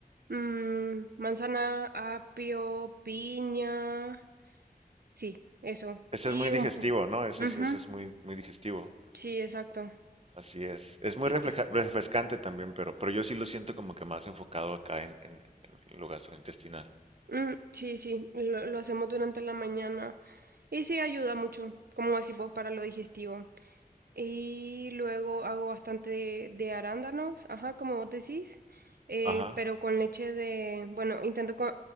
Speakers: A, on the right; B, on the right.
A: Mm, manzana, apio, piña. Sí, eso.
B: <laughs> Ese
A: Y
B: es muy digestivo,
A: un po.
B: ¿no? Ese
A: Ujú,
B: es, ese es muy, muy digestivo.
A: Sí, exacto.
B: Así es. Es muy
A: Y-
B: refleja- refrescante también, pero, pero yo sí lo siento como que más enfocado acá en, en, en lo gastrointestinal.
A: mm, sí, sí, lo, lo hacemos durante la mañana. Y sí, ayuda mucho, como decís vos, para lo digestivo. Y luego hago bastante de, de arándanos, ajá, como vos decís. eh,
B: Ajá.
A: pero con leche de. Bueno, intento con.